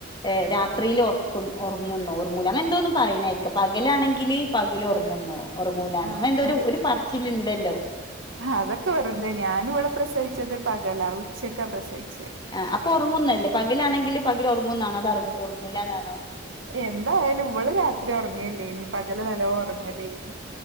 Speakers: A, on the left (about 25°); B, on the right (about 75°).
A: ഏഹ് രാത്രില് ഒറക്കുൺ ഒറങ്ങുംന്നോ ഒറങ്ങൂല അങ്ങനെയെന്തോന്ന് പറയണേക്ക പകലാണെങ്കില് പകൽ ഒറങ്ങുംന്നോ ഒറങ്ങൂലാന്നോ
B: ആഹ്
A: അങ്ങന എന്തോ ഒരു ഒരു പറച്ചില്ണ്ടല്ലോ
B: ആഹ് അതൊക്കെ വെറുതേ ഞാനിവിടെ പ്രസവിച്ചത് പകലാ ഉച്ചയ്ക്കാ പ്രസവിച്ച്
A: ആഹ് അപ്പോ ഉറങ്ങുന്നല്ലേ? പകലാണെങ്കില് പകൽ ഉറങ്ങുന്നാണോ? അതോ ഉറങ്ങൂലന്നാണോ?
B: എന്തായാലും ഇവള് രാ ത്രി ഒറങ്ങില്ലേനി. പകല് നല്ലോം ഒറങ്ങലേനി